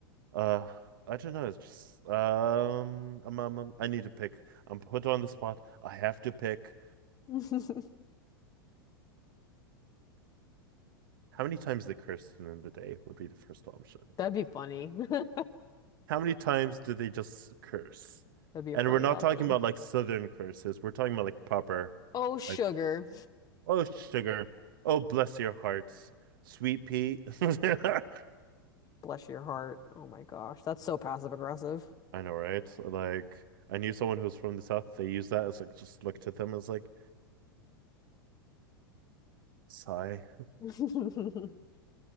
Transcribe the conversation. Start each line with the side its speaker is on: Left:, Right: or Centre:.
Right: Uh, I don't know. It's just, um, um, um, um, I need to pick. I'm put on the spot. I have to pick.
Left: <laughs>
Right: How many times they curse in the day would be the first option.
Left: That'd be funny. <laughs> That'd
Right: How many times do they just curse?
Left: be a
Right: And
Left: funny
Right: we're not
Left: option.
Right: talking about like southern curses. We're talking about like proper
Left: Oh, sugar.
Right: Like, oh, sugar. Oh, bless your hearts. Sweet pea. <laughs> I
Left: Bless your heart. Oh my gosh, that's so passive aggressive.
Right: know, right? Like, I knew someone who's from the South. They use that as like, just looked at them as like, sigh.
Left: <laughs>